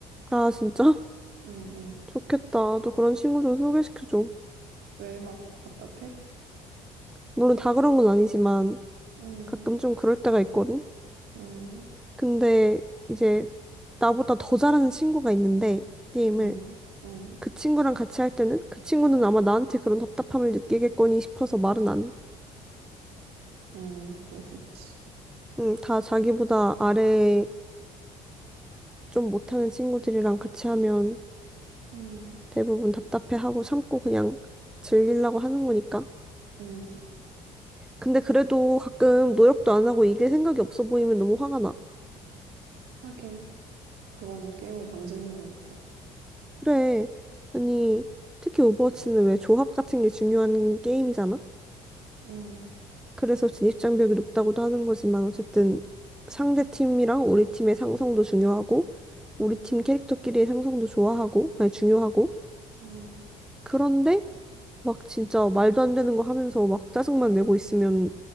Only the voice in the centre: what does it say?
아, 진짜? <laughs>
좋겠다. 너 그런 친구 좀 소개시켜줘.
물론 다 그런 건 아니지만
가끔 좀 그럴 때가 있거든?
근데 이제 나보다 더 잘하는 친구가 있는데 게임을
그 친구랑 같이 할 때는 그 친구는 아마 나한테 그런 답답함을 느끼겠거니 싶어서 말은 안 해.
응, 다 자기보다 아래 좀 못하는 친구들이랑 같이 하면
대부분 답답해하고 참고 그냥 즐기려고 하는 거니까.
근데 그래도 가끔 노력도 안 하고 이길 생각이 없어 보이면 너무 화가 나.
그래. 아니, 특히 오버워치는 왜 조합 같은 게 중요한 게임이잖아?
그래서 진입장벽이 높다고도 하는 거지만 어쨌든 상대 팀이랑 우리 팀의 상성도 중요하고
우리 팀 캐릭터끼리의 상성도 좋아하고 아니 중요하고
그런데 막 진짜 말도 안 되는 거 하면서 막 짜증만 내고 있으면